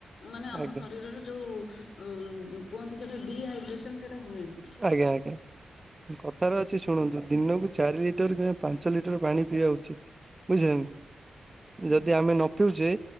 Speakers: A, on the left (about 70°); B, on the right (about 25°).
A: ମାନେ ଆମ
B: ଆଜ୍ଞା
A: ଶରୀରର ଯୋଉ କୁହନ୍ତି ସେଟା ଡିହାଇଡ୍ରେସନ ସେଇଟା ହୁଏନି।
B: ଆଜ୍ଞା ଆଜ୍ଞା କଥାର ଅ ଅଛି ଶୁଣନ୍ତୁ ଦିନକୁ ଚାରି ଲିଟର କିମ୍ବା ପାଞ୍ଚ ଲିଟର ପାଣି ପିଇବା ଉଚିତ୍। ବୁଝିଲେ ନା ଯଦି ଆମେ ନ ପିଉଚେ